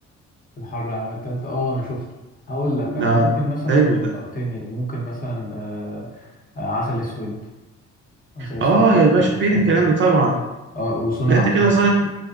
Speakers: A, on the left; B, on the right.
A: في الحرب العالميه الثالثه اه انا شفته هقول لك انا
B: ده
A: ممكن مثلا
B: حلو
A: فكرتني
B: ده
A: ممكن مثلا آه، آه، عسل اسود عسل اسود
B: اه
A: بتاع
B: يا باشا
A: احمد
B: فين
A: حلمي
B: الكلام ده طبعا
A: اه وصنع
B: لا انت
A: في
B: كده
A: مصر
B: ظالم